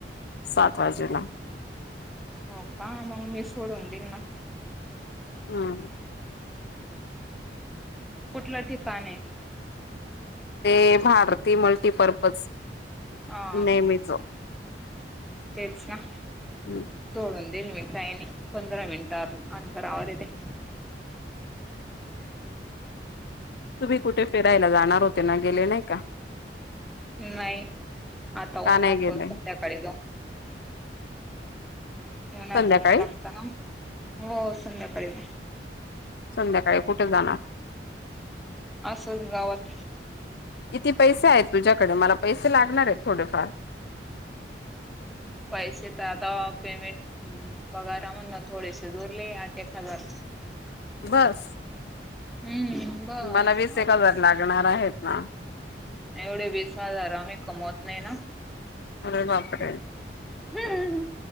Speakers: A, on the left (about 65°); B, in the centre.
A: सात वाजेला?
B: हो का मग मी सोडून दिईल ना.
A: हम.
B: कुठलं ठिकाण आहे?
A: ते भारती मल्टीपर्पज
B: ह
A: नेहमीच
B: हा तेच ना.
A: हम्.
B: सोडून दिईल मी काही नाही पंधरा मिनिटवर अंतरावर आहे ते.
A: तुम्ही कुठे फिरायला जाणार होते ना, गेले नाही का?
B: नाही आता उ्हाच
A: का नाही गेले
B: संध्याकाळी जाऊन उनच
A: संध्याकाळी
B: ऊन लागत ना. हो संध्याकाळी
A: संध्याकाळी कुठे जाणार?
B: असंच गावात
A: किती पैसे आहेत तुझ्याकडे? मला पैसे लागणार आहेत थोडेफार.
B: पैसे तर आता पेमेंट पगारा मधून थोडेसे उरले. एक हजार
A: बस
B: हम्म. बस
A: मला वीस एक
B: अजून
A: हजार लागणार आहेत ना.
B: एवढे वीस हजार आम्ही कमवत नाही ना.
A: अरे बाप रे.
B: हम्म.